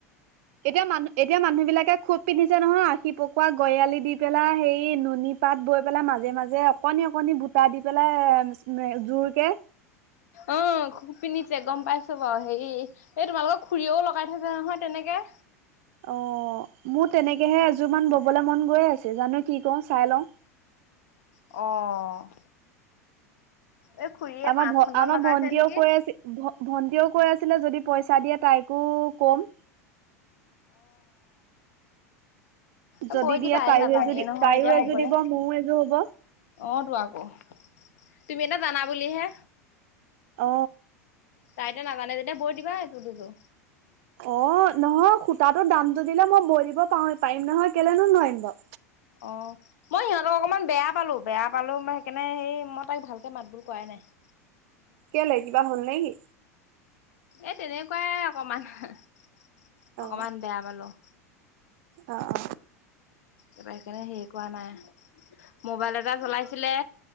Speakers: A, on the right; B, on the left.
A: এতিয়া মানুহ এতিয়া মানুহ বিলাকে খুব পিন্ধিছে নহয় আশী পকোৱা গয়ালি দি পেলাই হেৰি নুনী পাত বৈ পেলাই মা মাজে মাজে অকনি অকনি বুটা দি পেলাই জোৰকে
B: অ খুব পিন্ধিছে গম পাইছো বাৰু হেৰি এই তোমালোকৰ খুৰীয়েও লগাই থৈছো নহয় তেনেকে
A: অ মোৰ তেনেকেহে এযোৰ মান ববলে মন গৈ আছে জানো কি কওঁ চাই লও
B: অ' এই খুৰীয়ে
A: আমাৰ
B: পাঁচখনমান
A: আমাৰ
B: লগাইছে
A: ভন্টিও
B: নেকি
A: কৈ আছে ভন্টিও কৈ আছে যদি পইচা দিয়ে তাইকো কম
B: অ
A: যদি
B: বৈ দিবাহে
A: দিয়ে তাইও
B: নাজানে
A: এযোৰ
B: নহয়
A: তাইও
B: এতিয়া হবলে
A: এযোৰ দিব মোৰো এযোৰ হ'ব
B: অ তো‌ আকৌ তুমি এতিয়া জানা বুলিহে
A: অ
B: তাইতো নাজানে যেতিয়া বৈ দিবা এযোৰ দুযোৰ
A: অ নহয় সো তাতো দামটো দিলে মই বৈ দিব প পাৰিম নহয় কেলেনো নোৱাৰিম বাও
B: অ মই সিহঁতক অকনমান বেয়া পালো বেয়া পালো সেইকাৰণে সেই মই তাইক ভালকে মাতবোল কৰাই নাই হয়
A: কেলে কিবা হ'ল নে কি
B: এই তেনেকুৱাই অকমান অকমান
A: অ
B: বেয়া পালো।
A: অ অ
B: তাৰপৰা সেইকাৰণে হেৰি কৰা নাই মোবাইল এটা চলাইছিলে